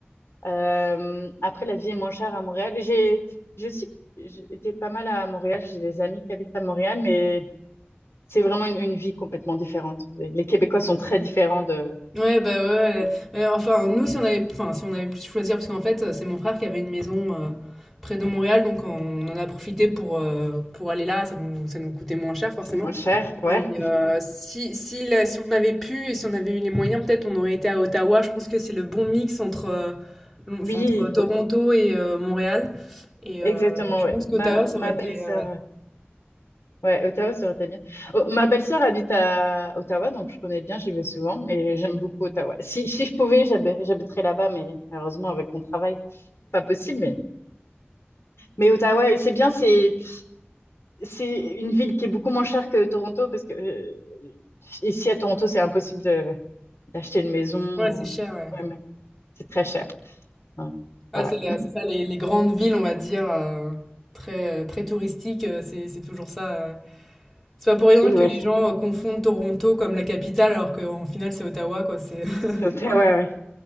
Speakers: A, on the left; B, in the centre.
A: Euh, après, la vie est moins chère à Montréal. J'ai, j'ai aussi j'ai été pas mal à Montréal. J'ai des amis qui habitent à Montréal, mais c'est vraiment une, une vie complètement différente. Les les Québécois sont très différents de...
B: Ouais, bah ouais, ouais. Mais enfin, nous, si on avait, enfin, si on avait plus choisir, parce qu'en fait, euh, c'est mon frère qui avait une maison euh, près de Montréal, donc on, on en a profité pour, euh, pour aller là, ça nous, ça nous coûtait moins cher, forcément.
A: C'est moins cher,
B: Mais
A: ouais.
B: euh, si, si, la si on avait pu et si on avait eu les moyens, peut-être on aurait été à Ottawa. Je pense que c'est le bon mix entre, euh, l'on- enfin,
A: Oui,
B: entre Toronto
A: au-
B: et euh, Montréal. Et
A: exactement,
B: euh, je
A: ouais.
B: pense
A: Ma,
B: qu'Ottawa, ça
A: ma
B: aurait été...
A: belle-sœur
B: euh, ouais,
A: Ouais, Ottawa, ça aurait été bien. Oh, ma belle-sœur habite à Ottawa, donc je connais bien, j'y vais souvent et j'aime beaucoup Ottawa. Si, si je pouvais, j'hab- j'habiterais là-bas, mais malheureusement, avec mon travail, pas possible. Mais, mais Ottawa, oui, c'est bien, c'est, c'est une ville qui est beaucoup moins chère que Toronto parce que euh, ici à Toronto, c'est impossible de, d'acheter une maison
B: Ouais,
A: ou
B: c'est cher, ouais.
A: ouais, mais c'est très cher. Donc,
B: Ah,
A: voilà.
B: c'est euh, c'est ça, les, les grandes villes, on va dire, euh, très, très touristiques, euh, c'est c'est toujours ça. euh. C'est pas pour rien
A: Et
B: que
A: ouais,
B: les
A: c'est-
B: gens euh, confondent Toronto comme la capitale, alors qu'en final, c'est Ottawa, quoi. C'est... <laughs>
A: c'est Ottawa, ouais, ouais.